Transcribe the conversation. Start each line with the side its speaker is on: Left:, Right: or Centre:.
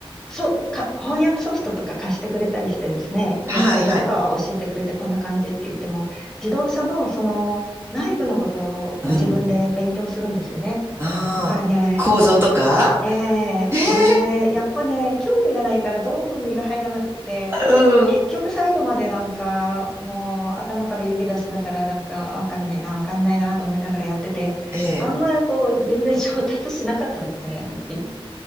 Centre: そう、か、翻訳ソフトとか貸してくれたりしてですね、
Right: はい、
Centre: やり方とかは教えてくれてこんな感じって言っても、
Right: はい、
Centre: 自動車のその内部のことは自分で勉強するんですよね。
Right: うん、ああ、
Centre: だからね、
Right: 構造とか
Centre: ええでもね、
Right: <laughs> ええ
Centre: やっぱね、興味がないからどうも身が入らなくって、
Right: うん。
Centre: 結局最後までなんか、もう頭から湯気出しながらなんか、わかんないな、わかんないなと思いながらやってて、
Right: ええ
Centre: あんまりこう、全然上達しなかったですね、はっきり。